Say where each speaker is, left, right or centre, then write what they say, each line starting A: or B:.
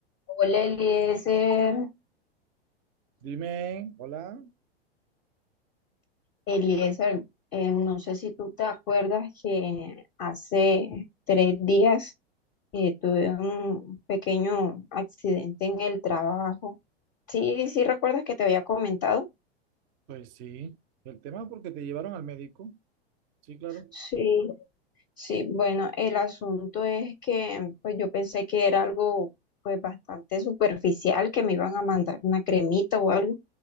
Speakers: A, on the left; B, on the right.
A: Hola Eliezer,
B: Dime, hola.
A: Eliezer, eh, no sé si tú te acuerdas que hace tres días eh, tuve un pequeño accidente en el trabajo. Sí, sí, recuerdas que te había comentado.
B: Pues sí, el tema porque te llevaron al médico. Sí, claro.
A: Sí, sí, bueno, el asunto es que pues yo pensé que era algo pues bastante superficial, que me iban a mandar una cremita o algo,